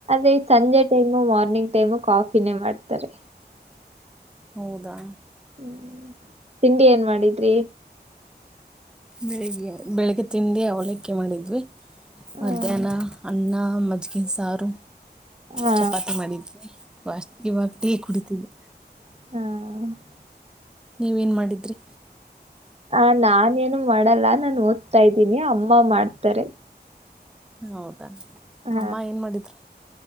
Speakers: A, on the right; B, in the centre.
A: ೆ ಸಂಜೆ ಟೈಮು ಮಾರ್ನಿಂಗ್ ಟೈಮು ಕಾಫಿನೇ ಮಾಡ್ತಾರೆ
B: ಹೌದಾ
A: ಹ್ಮ ತಿಂಡಿ ಏನ್ ಮಾಡಿದ್ರಿ
B: ಬೆಳಿಗ್ಗೆ ಬೆಳಗ್ಗೆ ತಿಂಡೇ ಅವಲಕ್ಕೆೆ ಮಾಡಿದ್ವಿ
A: ಹ್ಮ್
B: ಮಧ್ಯಾಹ್ನ ಅನ್ನ ಮಜ್ಜಗಿನ ಸಾರು
A: ಹಾ
B: ಚಪಾತಿ ಮಾಡಿದ್ವಿ ಇ ಇವಾಗ ಟೀ ಕುಡಿತೀವಿ
A: ಹ್ಮ
B: ನೀವೇನ್ ಮಾಡಿದ್ರಿ
A: ಹ ನಾಾನೇನು ಮಾಡಲ್ಲ ನಾನು ಓದ್ತಾ ಇದ್ದೀನಿ ಅಮ್ಮ ಮಾಡ್ತಾರೆ
B: ಹೌದು
A: ಹ
B: ಅಮ್ಮ ಏನ್ ಮಾಡಿದ್ರು